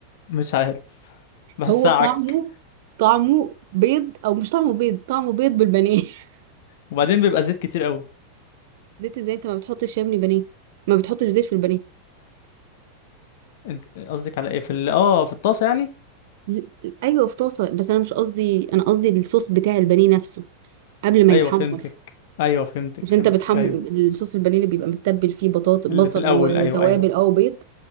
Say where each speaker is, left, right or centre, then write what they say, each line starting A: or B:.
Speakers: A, on the left; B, on the right.
A: مش عارف بحسها
B: هو طعمه
A: عك
B: طعمه بيض او مش طعمه بيض طعمه بيض بالبانيه <laughs>
A: وبعدين بيبقى زيت كتير قوي
B: زيت ازاي انت ما بتحطش يا ابني بانيه ما بتحطش زيت في البانيه
A: انت قصدك على ايه في ال... اه في الطاسة يعني
B: ل- ايوه في طاسه بس انا مش قصدي انا قصدي الصوص بتاع البانيه نفسه قبل ما
A: ايوه
B: يتحمر
A: فهمتك ايوه فهمتك
B: مش
A: فهمتك
B: انت بتحم
A: ايوه
B: الصوص البانيه اللي بيبقى متبل فيه بطاطس بصل
A: اللي في الاول
B: وتوابل
A: ايوه ايوه
B: او بيض